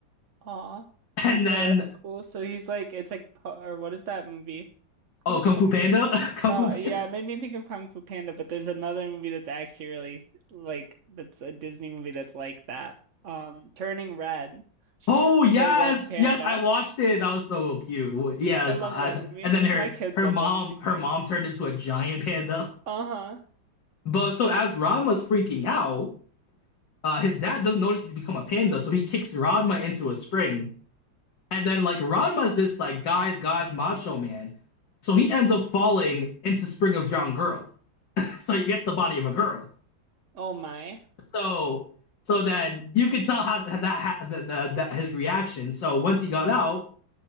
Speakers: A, on the right; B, on the left.
A: Aw, wait,
B: And
A: so
B: then
A: that's cool. So he's like, it's like, po- or what is that movie? What's
B: oh, Kung
A: that
B: Fu
A: movie?
B: Panda, <laughs> Kung
A: No,
B: Fu Panda.
A: yeah, it made me think of Kung Fu Panda, but there's another movie that's actually really like that's a Disney movie that's like that. Um, Turning Red. She
B: Oh
A: turns
B: yes,
A: into a red panda.
B: yes, I watched it. That was so cute. Yes,
A: I love
B: I,
A: that
B: I-
A: movie.
B: and then her
A: My kids
B: her
A: love
B: mom
A: that movie too.
B: her mom turned into a giant panda. <laughs>
A: Uh-huh.
B: But so as Ranma's freaking out, uh, his dad doesn't notice he's become a panda, so he kicks Ranma into a spring. And then like Ranma's this like guys, guys, macho man. So
A: hmm
B: he ends up falling into Spring of Drowned Girl. <laughs> so he gets the body of a girl.
A: Oh my.
B: So so then you could tell how that, ha- the, the, the, his reaction. So once he got out,